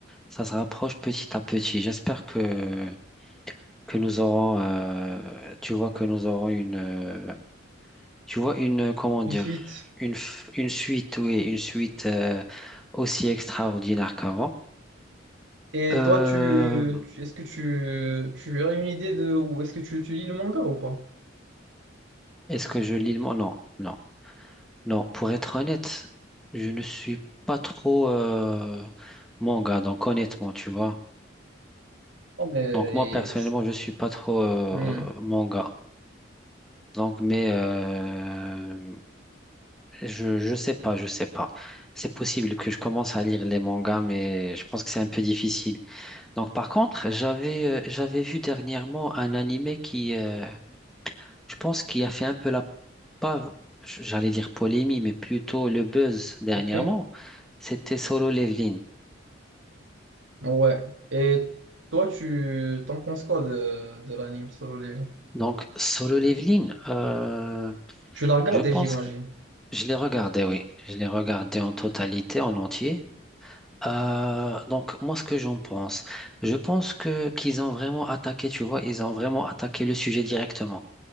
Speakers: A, in the centre; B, on the right (about 80°).
A: ça se rapproche petit à petit. J'espère que, que nous aurons, euh, tu vois, que nous aurons une, euh, tu vois, une, euh, comment dire,
B: Une suite.
A: une, f- une suite, oui, une suite euh, aussi extraordinaire qu'avant.
B: Et
A: Euh,
B: toi, tu, tu- est-ce que tu, tu as une idée de ou est-ce que tu, tu lis le manga ou pas?
A: est-ce que je lis le mot? Non, non. Non, pour être honnête, je ne suis pas trop euh, manga, donc honnêtement, tu vois.
B: Non, mais
A: Donc moi, personnellement, je suis pas trop euh,
B: hmm,
A: manga. Donc, mais euh, je, je sais pas, je sais pas. C'est possible que je commence à lire les mangas, mais je pense que c'est un peu difficile. Donc, par contre, j'avais euh, j'avais vu dernièrement un animé qui, euh, je pense, qui a fait un peu la, pas, j'allais dire polémie, mais plutôt le buzz dernièrement.
B: ok,
A: C'était Solo Leveling.
B: ouais. Et toi, tu t'en penses quoi de, de l'anime Solo Leveling?
A: Donc, Solo Leveling, euh,
B: Tu l'as regardé,
A: je pense
B: j'imagine.
A: que je l'ai regardé, oui. Je l'ai regardé en totalité, en entier. Euh, donc, moi, ce que j'en pense, je pense que qu'ils ont vraiment attaqué, tu vois, ils ont vraiment attaqué le sujet directement.